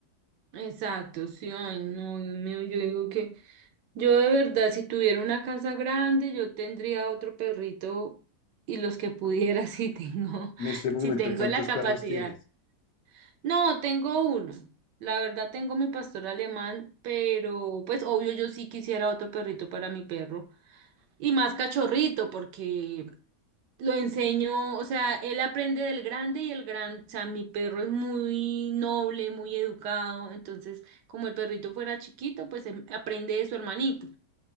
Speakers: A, on the right (about 80°); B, on the left (about 70°).
A: Exacto, sí, ay, no, Dios mío, yo digo que yo de verdad, si tuviera una casa grande, yo tendría otro perrito y los que pudiera, <laughs> si tengo,
B: En este momento,
A: si tengo
B: ¿cuántos
A: la capacidad.
B: perros tienes?
A: No, tengo uno. La verdad, tengo mi pastor alemán, pero pues obvio, yo sí quisiera otro perrito para mi perro y más cachorrito, porque lo enseño, o sea, él aprende del grande y el gran, o sea, mi perro es muy noble, muy educado, entonces como el perrito fuera chiquito, pues él aprende de su hermanito,